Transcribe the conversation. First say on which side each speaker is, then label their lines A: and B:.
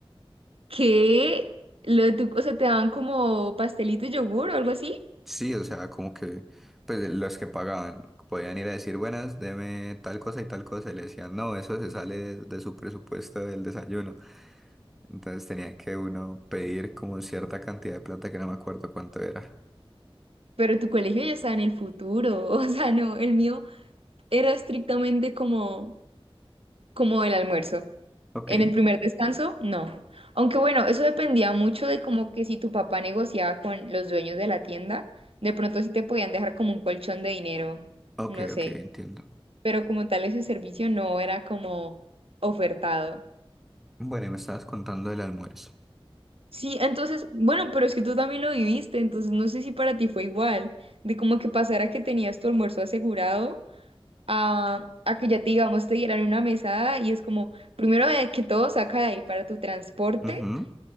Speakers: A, on the right; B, in the centre.
A: que Lo de tu cosa te daban como pastelito y yogur o algo así,
B: Sí, o sea, como que pues los que pagaban podían ir a decir, buenas, deme tal cosa y tal cosa, y le decían, no, eso se sale de su presupuesto del desayuno. Entonces tenía que uno pedir como cierta cantidad de plata que no me acuerdo cuánto era.
A: pero tu colegio ya estaba en el futuro, <laughs> o sea, no, el mío era estrictamente como, como el almuerzo.
B: Ok,
A: En el primer descanso, no. Aunque bueno, eso dependía mucho de como que si tu papá negociaba con los dueños de la tienda, de pronto sí te podían dejar como un colchón de dinero,
B: ok,
A: no sé,
B: ok, entiendo.
A: pero como tal ese servicio no era como ofertado.
B: Bueno, y me estabas contando del almuerzo.
A: Sí, entonces, bueno, pero es que tú también lo viviste, entonces no sé si para ti fue igual, de como que pasara que tenías tu almuerzo asegurado a, a que ya te, digamos, te dieran una mesada y es como, primero de que todo saca de ahí para tu transporte
B: Ujú,